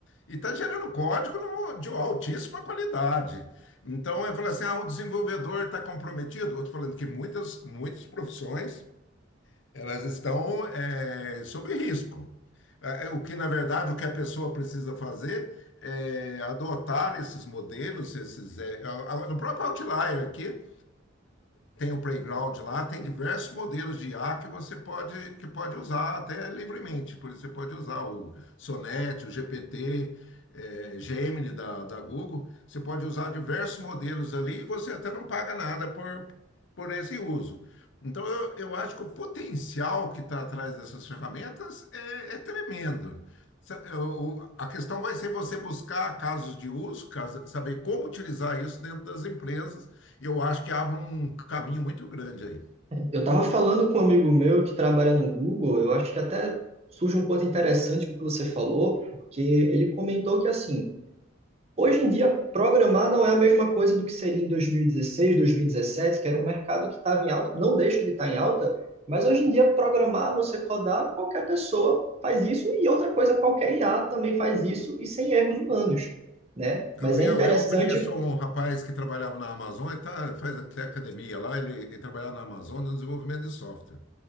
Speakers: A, on the left; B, on the right.
A: E está gerando código no- de altíssima qualidade. Então, eu falo assim, ah, o desenvolvedor está comprometido. Outro falando que muitas, muitas profissões elas estão eh, sob risco. Ah, eh, O que, na verdade, o que a pessoa precisa fazer é adotar esses modelos, esses, eh, a- a- no próprio Outlier aqui, tem o playground lá, tem diversos modelos de IA que você pode, que pode usar até livremente. Por isso, você pode usar o Sonnet, o GPT, eh, Gemini da, da Google. Você pode usar diversos modelos ali e você até não paga nada por, por esse uso. Então, eu, eu acho que o potencial que está atrás dessas ferramentas é, é tremendo. Sa- é, o- A questão vai ser você buscar casos de uso, caso- saber como utilizar isso dentro das empresas eu acho que abre um caminho muito grande aí.
B: Eu estava falando com um amigo meu que trabalha no Google, eu acho que até surge um ponto interessante com o que você falou, porque ele comentou que, assim, hoje em dia, programar não é a mesma coisa do que seria em 2016, 2017, que era um mercado que estava em alta, não deixa de estar em alta, mas hoje em dia, programar, você codar, qualquer pessoa faz isso, e outra coisa, qualquer IA também faz isso, e sem erros humanos, né?
A: Gabriel,
B: Mas é interessante
A: eu conheço um rapaz que trabalhava na Amazônia, tá, faz até academia lá, ele, ele trabalhava na Amazônia no desenvolvimento de software.